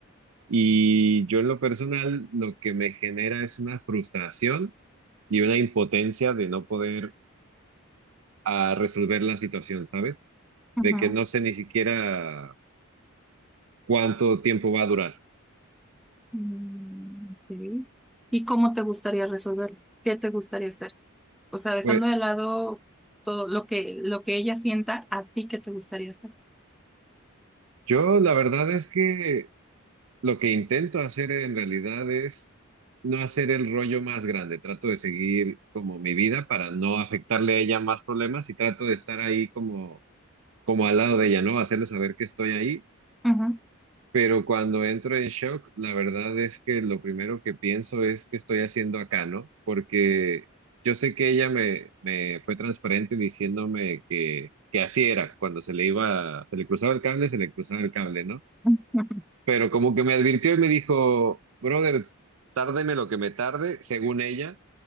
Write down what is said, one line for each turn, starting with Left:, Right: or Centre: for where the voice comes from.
Right: Y yo en lo personal, lo que me genera es una frustración y una impotencia de no poder ah, resolver la situación, ¿sabes?
Centre: ujú.
Right: De que no sé ni siquiera cuánto tiempo va a durar.
Centre: Mm, ok. ¿Y cómo te gustaría resolverlo? ¿Qué te gustaría hacer? O sea, dejando
Right: Pues
Centre: de lado todo lo que, lo que ella sienta, ¿a ti qué te gustaría hacer?
Right: yo la verdad es que Lo que intento hacer en realidad es no hacer el rollo más grande. Trato de seguir como mi vida para no afectarle a ella más problemas y trato de estar ahí como, como al lado de ella, ¿no? Hacerle saber que estoy ahí.
Centre: Ujú.
Right: Pero cuando entro en shock, la verdad es que lo primero que pienso es qué estoy haciendo acá, ¿no? Porque yo sé que ella me, me fue transparente diciéndome que, que así era. Cuando se le iba, se le cruzaba el cable, se le cruzaba el cable, ¿no?
Centre: <laughs>
Right: pero como que me advirtió y me dijo, brother, tárdeme lo que me tarde, según ella,